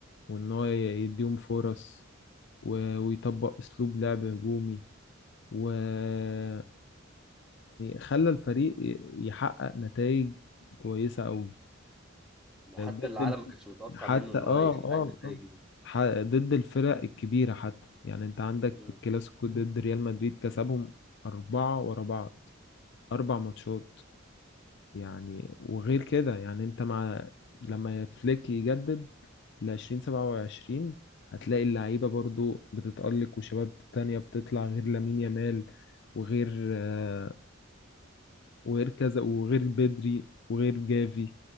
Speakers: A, on the left (about 60°); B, in the centre.
A: وان هو ي- يديهم فرص و- ويطبق اسلوب لعب هجومي ويعني خلى الفريق ي- يحقق نتائج كويسة قوي
B: حتى
A: ضد
B: العالم ما كانش متوقع
A: حتى
B: منه ان
A: اه
B: هو يحقق
A: اه
B: النتائج
A: اه
B: دي
A: ح- ضد الفرق الكبيرة حتى يعني انت عندك
B: مم.
A: في الكلاسيكو ضد ريال مدريد كسبهم أربعة ورا بعض أربع ماتشات يعني وغير كده يعني انت مع لما فليك يجدد لعشرين سبعة وعشرين هتلاقي اللعيبة برضو بتتألق وشباب تانية بتطلع غير لامين يامال وغير آه، وغير كذا وغير بدري وغير جافي